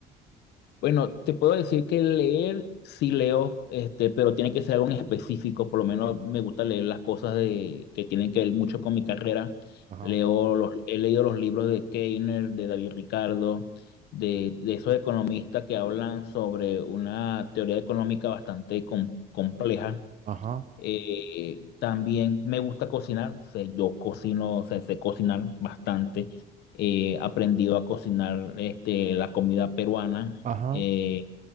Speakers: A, on the left; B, on the right.
A: Bueno, te puedo decir que leer sí leo, este, pero tiene que ser algo en específico. Por lo menos me gusta leer las cosas de, que tienen que ver mucho con mi carrera.
B: Ajá,
A: Leo los, he leído los libros de Keiner, de David Ricardo, de, de esos economistas que hablan sobre una teoría económica bastante com- compleja.
B: ajá,
A: Eh, también me gusta cocinar, o sea, yo cocino, o sea, sé cocinar bastante. Eh, He aprendido a cocinar este, la comida peruana,
B: ajá.
A: eh,